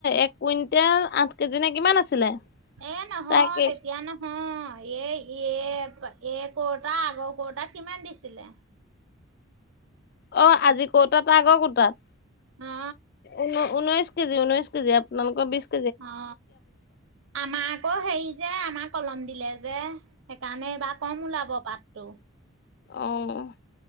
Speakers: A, on the left; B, on the right.
A: এক কুইন্তেল আঠ কেজি নে কিমান আছিলে।
B: এ নহয়
A: তাকে
B: তেতিয়া নহ নহয় এই ইয়ে এই কোৱতা আগৰ কোৱতা কিমান দিছিলে?
A: অঁ আজি কোৱতা তাৰ আগৰ কোৱতাত?
B: অ
A: ঊন ঊনৈছ কেজি ঊনৈছ কেজি আপালোকৰ বিছ
B: অ আমাৰ আকৌ হেৰি যে আমাৰ কলম দিলে যে। সেইকাৰণে এইবা কম ওলাব পাতটো।
A: অ, অ।